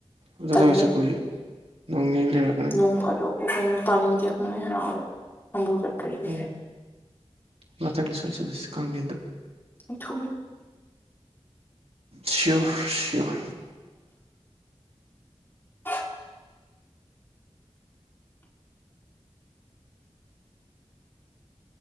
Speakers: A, on the right; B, on the left.
A: ꯎꯅꯗꯕꯁꯨ
B: ꯇꯜꯂꯦ
A: ꯀꯨꯏꯔꯦ ꯅꯣꯡꯅꯤꯅꯤ ꯂꯩꯔꯛ
B: ꯅꯣꯡ ꯐꯥꯗꯣꯛꯄꯨ ꯀꯩꯅꯣ ꯇꯥꯅꯤꯡꯗꯦ ꯀꯨꯝꯍꯩ ꯍꯔꯥꯎꯗ ꯑꯝꯕꯨ ꯆꯠꯇꯣꯏꯔꯤꯅꯤ
A: ꯎꯝ ꯃꯊꯪꯗ ꯁꯣꯏ ꯆꯠꯂꯁꯦ ꯀꯥꯡꯂꯦꯟꯗ
B: ꯍꯨꯏꯊꯨꯅꯤ
A: ꯁꯤꯌꯣꯔ ꯁꯤꯌꯣꯔ
B: <inaudible>